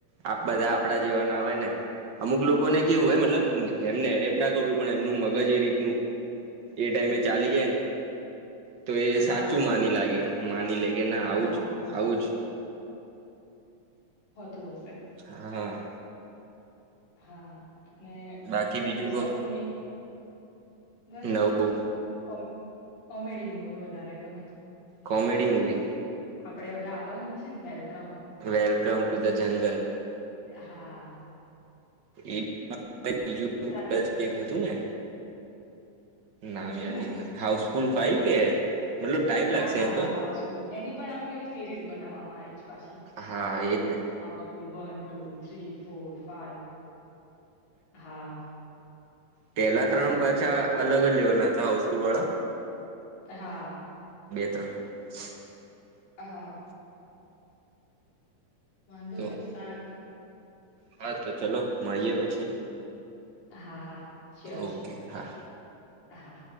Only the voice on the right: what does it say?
આપ બધા‌ આપડા જેવાના હોય ને અમુક લોકોને કેવું
હોય મતલબ એમને એડેપટ ના કરું પણ એમનું મગજ એ રીતનું એ ટાઈમે ચાલી જાય ને તો એ
સાચું માની લાગે માની લે કે ના
આવું જ આવું જ
હા
બાકી
બીજું કો
નવું
કોમેડી મુવી
welcome to the jungle
એ <unintelligible> બીજુ
એક હતું ને નામ
યાદ <unintelligible> હાઉસફુલ ફાઈવ કે મતલબ ટાઈમ લાગશે
એમ
તો
હા એજ ને
પહેલા
ત્રણ
પાછા અલગ જ લેવલ ના હતા હાઉસફુલ વાળા
<unintelligible>
તો
હા તો ચલો મળીયે પછી.
ઓકે
હા